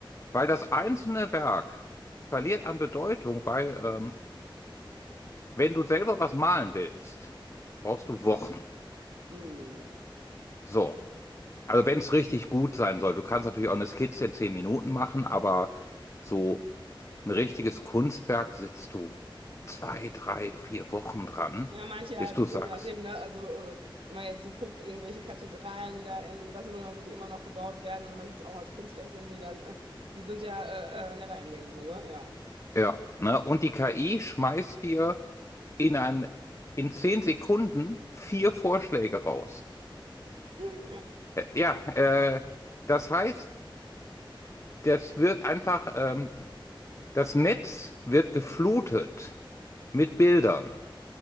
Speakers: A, on the left (about 35°); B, on the right (about 80°).
A: Weil das einzelne Werk verliert an Bedeutung, weil ähm, wenn du selber was malen willst, brauchst du Wochen.
B: Mm.
A: So, also wenn es richtig gut sein soll, du kannst natürlich auch eine Skizze in zehn Minuten machen, aber so Ein richtiges Kunstwerk sitzt du zwei, drei, vier Wochen dran,
B: Ja, manche
A: bis
B: halbes
A: du sagst.
B: Leben, je nachdem, ne? Also, äh, wenn man jetzt so guckt, irgendwelche Kathedralen, die da in Barcelona so, die immer noch gebaut werden, wenn man es jetzt auch als Kunstwerk sehen will, dann, äh, die sind ja äh, äh, never ending, so, ne? Ja.
A: Ja, ne? Und die KI schmeißt dir in einem, in zehn Sekunden vier Vorschläge raus.
B: Hm, ja.
A: Äh, Ja, äh, das heißt, das wird einfach, ähm, das Netz wird geflutet mit Bildern.